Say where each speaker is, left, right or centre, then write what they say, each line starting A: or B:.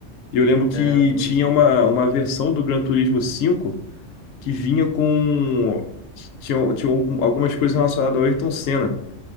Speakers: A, on the left; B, on the left.
A: E eu lembro que
B: É, eu também
A: tinha
B: tive.
A: uma, uma versão do Gran Turismo cinco que vinha com. Tinha, tinha algum- algumas coisas relacionadas ao Ayrton Senna,